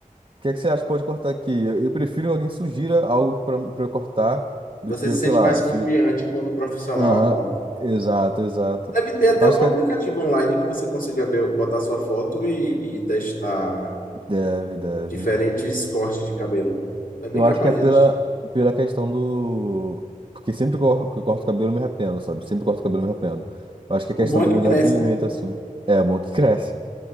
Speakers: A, on the right; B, on the left.
A: que é que você acha que pode cortar aqui? Eu, eu prefiro alguém sugira algo pra, pra eu cortar do
B: Você
A: que eu,
B: se
A: sei
B: sente
A: lá,
B: mais confiante
A: sugi...
B: quando o profissional
A: Aham,
B: aponta.
A: exato, exato.
B: Deve ter até
A: Eu
B: algum
A: acho que
B: aplicativo
A: é...
B: online que você consiga ver, botar sua foto e, e testar
A: Deve, deve.
B: diferentes cortes de cabelo. É bem
A: Eu
B: capaz
A: acho que é pela,
B: de existir.
A: pela questão do. Porque sempre que eu que eu corto o cabelo, eu me arrependo, sabe? Sempre que eu corto o cabelo, eu me arrependo. Eu acho que é questão
B: O bom
A: também
B: é que cresce,
A: do arrependimento,
B: né?
A: assim. É bom que <laughs> cresce.